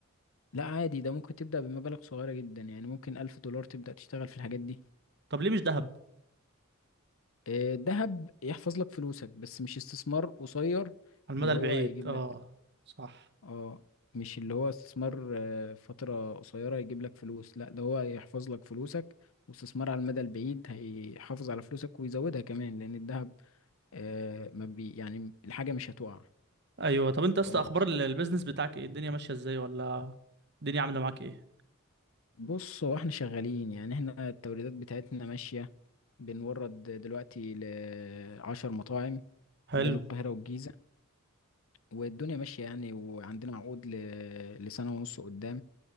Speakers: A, on the left; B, on the right.
A: لا عادي ده ممكن تبدأ بمبالغ صغيرة جدا يعني ممكن ألف دولار تبدأ تشتغل في الحاجات دي
B: طب ليه مش ذهب
A: آه، الذهب يحفظ لك فلوسك بس مش استثمار قصير
B: على المدى
A: اللي
B: البعيد
A: هو هيجيب
B: اه
A: لك
B: صح
A: اه مش اللي هو استثمار آه، فترة قصيرة يجيب لك فلوس لا ده هو يحفظ لك فلوسك واستثمار على المدى البعيد هيحافظ على فلوسك ويزودها كمان لأن الذهب آه، ما بي يعني الحاجة مش هتقع
B: ايوه طب انت يا اسطى
A: خلاص
B: اخبار ال- البيزنس بتاعك ايه الدنيا ماشية ازاي ولا الدنيا عاملة معاك ايه
A: بص هو احنا شغالين يعني احنا التوريدات بتاعتنا ماشية بنورد دلوقتي لعشر مطاعم
B: حلو
A: بين القاهرة والجيزة والدنيا ماشية يعني وعندنا عقود ل... لسنة ونص قدام